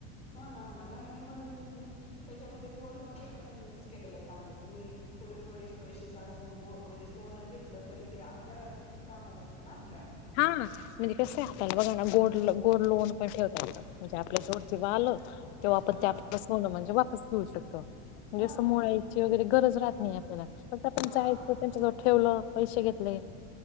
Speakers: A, on the left; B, on the left.
A: हो ना हो ना नाही एमर्जन्सी त्याच्यामध्ये गोल्डमध्ये पण इन्व्हेस्ट केलेलं चांगलं तुम्ही, थोडे थोडे पैसे साचून गो म्हणजे सोनं घेतलं तरी ते अर्ध्या रात्री पण कामाला येतं ना आपल्या.
B: हा म्हणजे कस आहे आपला बघा ना गोड गोल्ड लोन पण ठेवता येत म्हणजे आपले जोड जेव्हा आलं तेव्हा आपण
A: हा
B: त्यातन सोन म्हणजे वापस घेऊ शकतो. म्हणजे
A: हो
B: असं
A: ना
B: मोळायचे
A: हो ना
B: वगैरे गरज राहत नाही. आपल्याला फक्त आपण
A: हा
B: जा त्यांच्या जवळ ठेवलं पैसे घेतले,